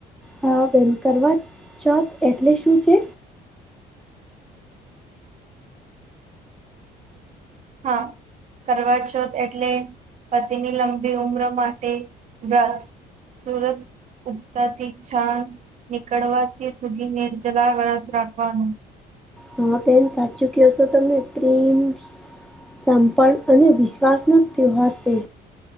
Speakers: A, in the centre; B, on the right.
A: હા બેન. કરવાચોથ એટલે શું છે?
B: હા, કરવા ચોથ એટલે પતિની લબી ઉંમર માટે વ્રત સુરત ઉગતાથી છાંદ નીકળવા તે સુધી નિર્જલા વળત રાખવાનું
A: હા, બેન સાચું કહશો તમે પ્રેમ સંપણ અને વિશ્વાસનો તહેવાર છે.